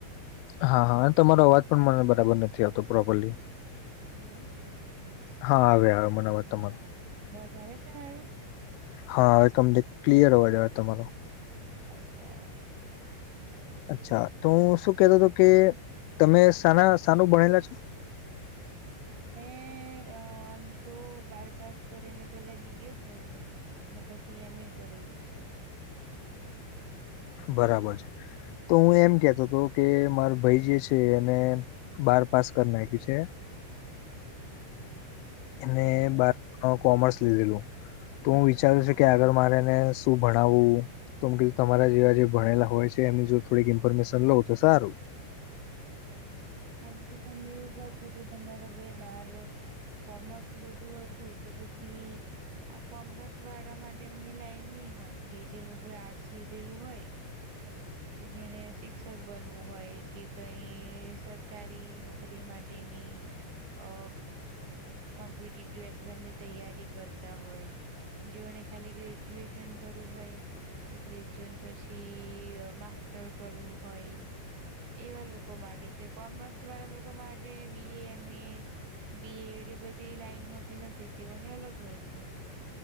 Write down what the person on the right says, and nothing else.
હલો
હા
અવાજ આવે છે મારો
હમ <unintelligible>
મે આમ તો બાર પાસ કરીને પેલા બી એ કર્યું. ને પછી એમ એ કરેલું છે.
બરાબર
આમ તો તમે એવું કહો છો કે તમારે વે બાર કોમર્સ લીધું હતું તો પછી આ કોમર્સ વાળા માટે એમની લાઈન નહી હોય તે જે લોકોએ આર્ટસ લીધેલું હોય કે જેને શિક્ષક બનવું હોય કે કઈ સરકારી નોકરી માટેની અ કોમ્પિટેટિવ એક્ઝામ ની તૈયારી કરતા હોય. જેઓને ખાલી ગ્રેજ્યુએશન કરવું હોય કે ગ્રેજ્યુઅન પછી માસ્ટર કરવું હોય. એવા લોકો માટે છે કોમર્સ વાળા લોકો માટે બી એ એમ એ બી એડ એ બધી લાઈન હોતી નથી તેઓની અલગ હોય છે.